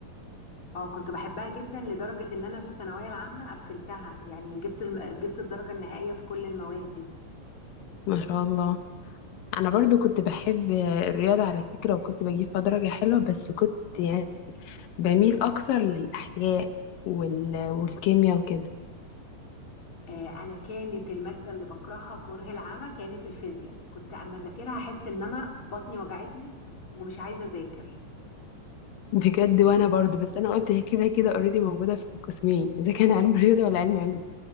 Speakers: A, on the left; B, on the left.
A: اه كنت بحبها جدا لدرجة ان انا في الثانوية العامة قفلتها يعني جبت الم... جبت الدرجة النهائية في كل المواد دي
B: ما شاء الله انا برضو كنت بحب الرياضة على فكرة وكنت بجيب فيها درجة حلوة بس كنت يعني بميل اكتر للاحياء وال... والكيمياء وكده
A: آه انا كانت المادة اللي بكرهها كره العمى كانت الفيزياء كنت اما اذاكرها احس ان انا بطني وجعتني ومش عايزة اذاكر
B: بجد وانا برضو بس انا قلت هي كده كده اوريدي موجودة في القسمين اذا كان علم رياضة ولا علم علم